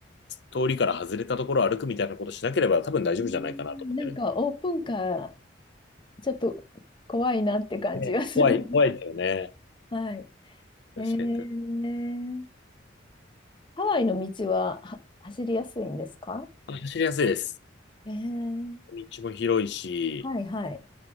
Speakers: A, on the left (about 65°); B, on the left (about 25°).
A: 通りから外れたところを歩くみたいなことしなければ多分大丈夫じゃないかなと思ってるん
B: うーんなんかオープンカー、ちょっと怖いなって感じがする。
A: で。ね、怖い、怖いですよね。
B: <laughs> はい。
A: 確かに。
B: ええハワイの道は、は、走りやすいんですか
A: あ走りやすいです。
B: ええ
A: 道も広いし、
B: はいはい。